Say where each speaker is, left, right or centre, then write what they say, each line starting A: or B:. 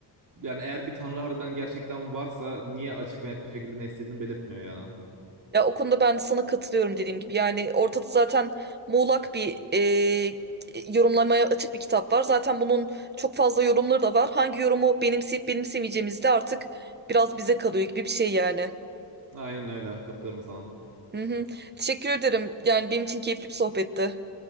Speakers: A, on the right; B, on the right.
A: yani eğer bir tanrı harbiden gerçekten varsa niye açık ve net bir şekilde ne istediğini belirtmiyor yani.
B: Ya o konuda ben de sana katılıyorum dediğim gibi yani ortada zaten muğlak bir e, yorumlamaya açık bir kitap var. Zaten bunun çok fazla yorumları da var. Hangi yorumu benimseyip benimsemeyeceğimiz de artık biraz bize kalıyor gibi bir şey yani.
A: Aynen öyle katılıyorum sana.
B: Hı hı. Teşekkür ederim yani benim için keyifli bir sohbetti.